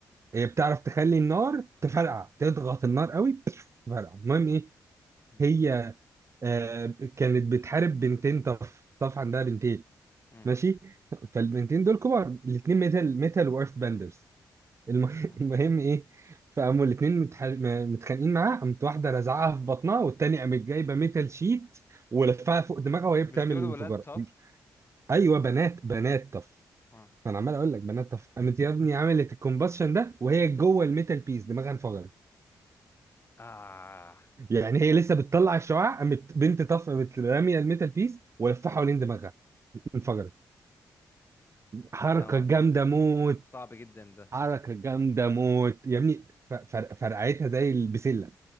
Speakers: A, on the right (about 40°); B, on the left (about 30°).
A: هي بتعرف تخلي النار تفرقع تضغط النار قوي <laughs> تفرقع المهم ايه
B: اه
A: هي آه كانت بتحارب بنتين طف طف عندها بنتين
B: مم.
A: ماشي فالبنتين دول كبار الاثنين ميتال ميتال وايرث بندرز الم-
B: مم.
A: <laughs> المهم ايه فقاموا الاثنين متخانقين معاه قامت واحده رزعها في بطنها والتانيه قامت جايبه ميتال شيت ولفها فوق دماغها وهي
B: مش
A: بتعمل
B: دول
A: الانفجار
B: ولاد تاف
A: ايوه بنات بنات طف
B: اه
A: انا عمال اقول لك بنات طف... قامت يا ابني عملت الكومباشن ده وهي جوه الميتال بيس دماغها انفجرت
B: اه
A: يعني هي لسه بتطلع الشعاع قامت بنت طف قامت راميه الميتال بيس ولفها حوالين دماغها انفجرت حركه
B: ده ما-
A: جامده موت
B: صعب جدا ده
A: حركه جامده موت يا ابني ف- فر... فرقعتها زي البسله